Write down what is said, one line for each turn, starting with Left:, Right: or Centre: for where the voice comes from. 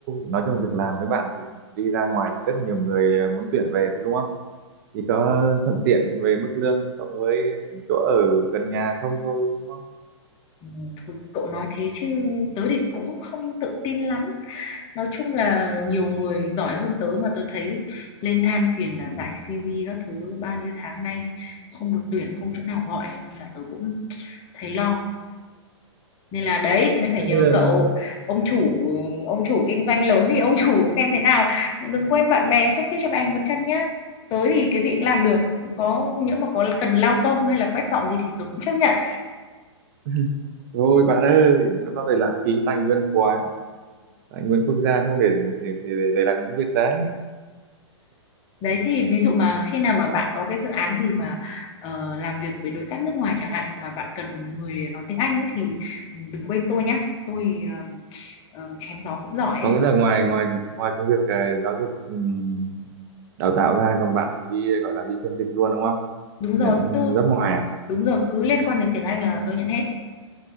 Right: nói chung việc làm với bạn thì đi ra ngoài thì rất nhiều người à, muốn tuyển về thôi đúng không? Chỉ có thuận tiện về mức lương cộng với chỗ ở gần nhà không thôi đúng không?
Left: ừ, thôi cậu nói thế chứ tớ thì cũng không tự tin lắm nói chung là nhiều người giỏi hơn tớ mà tớ thấy lên than phiền là giải CV các thứ bao nhiêu tháng nay không được tuyển không chỗ nào gọi nên là tớ cũng thấy lo nên là đấy mới phải
Right: Thế
Left: nhờ
Right: Như là...
Left: cậu ông chủ ông chủ kinh doanh lớn thì ông chủ xem thế nào đừng quên bạn bè sắp xếp cho bạn một chân nhá tới thì cái gì cũng làm được có những mà có cần lao công hay là quét dọn gì thì tôi cũng chấp nhận
Right: <laughs> Thôi bạn ơi, nó nó lại lãng phí tài nguyên quá, tài nguyên quốc gia không để để để, để làm những việc đấy.
Left: đấy thì ví dụ mà khi nào mà bạn có cái dự án gì mà ờ, làm việc với đối tác nước ngoài chẳng hạn mà bạn cần người nói tiếng Anh ấy thì đừng quên tôi nhá tôi ờ, ờ, chém gió cũng giỏi
Right: Có
Left: ấy
Right: nghĩa là ngoài ngoài ngoài công việc à, giáo dục ừm, đào tạo ra còn bạn còn đi gọi là đi phiên dịch luôn đúng không?
Left: đúng
Right: Nhận
Left: rồi tôi
Right: job ngoài à?
Left: đúng rồi cứ liên quan đến tiếng Anh là tôi nhận hết